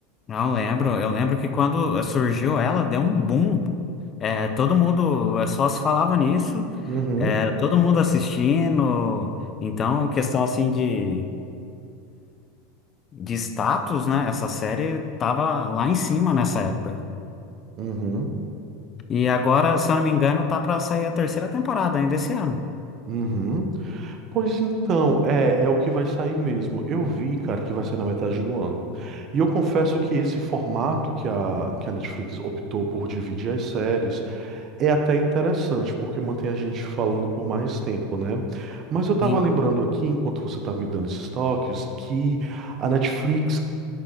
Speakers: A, on the left; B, on the right.
A: Não, eu lembro. Eu lembro que quando surgiu ela, deu um boom. É, todo mundo é, só se falava nisso,
B: Uhum,
A: é, todo mundo assistindo. Então, questão assim de, de status, né? Essa série tava lá em cima nessa época.
B: uhum,
A: E agora, se eu não me engano, tá pra sair a terceira temporada ainda esse ano.
B: uhum. Pois então, é, é o que vai sair mesmo. Eu vi, cara, que vai sair na metade do ano. E eu confesso que esse formato que a, que a Netflix optou por dividir as séries é até interessante, porque mantém a gente falando por mais tempo, né? Mas eu tava
A: Sim.
B: lembrando aqui, enquanto você tava me dando esses toques, que a Netflix,